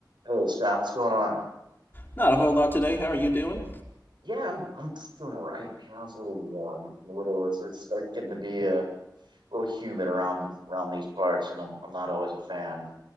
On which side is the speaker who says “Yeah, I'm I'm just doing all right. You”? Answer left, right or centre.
Right